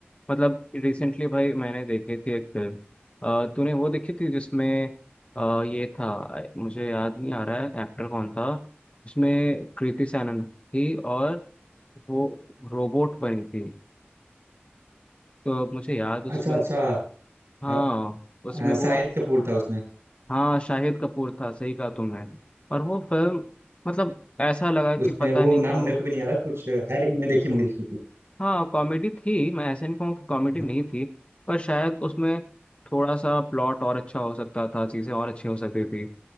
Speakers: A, on the left (about 30°); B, on the right (about 90°).
A: मतलब रिसेंटली भाई मैंने देखी थी एक फिल्म अ, तूने वो देखी थी जिसमें अ, ये था मुझे याद नहीं आ रहा है एक्टर कौन था उसमें कृति सैनन थी और वो रोबोट बनी थी तो मुझे याद उस
B: अच्छा
A: फिल्म
B: अच्छा
A: हाँ
B: अ,
A: उसमें
B: अ,
A: वो
B: शाहिद कपूर था उसमें
A: हाँ शाहिद कपूर था सही कहा तुमने और वो फिल्म मतलब ऐसा लगा कि
B: उसमें
A: पता
B: वो
A: नहीं
B: नाम
A: क्यों
B: मेरे को भी नहीं आ रहा कुछ है लेकिन मैंने देखी मूवी देखी थी
A: हाँ कॉमेडी थी मैं ऐसे नहीं कहूँ कि कॉमेडी
B: हाँ
A: नहीं थी पर शायद उसमें थोड़ा सा प्लॉट और अच्छा हो सकता था चीज़ें और अच्छी हो सकती थी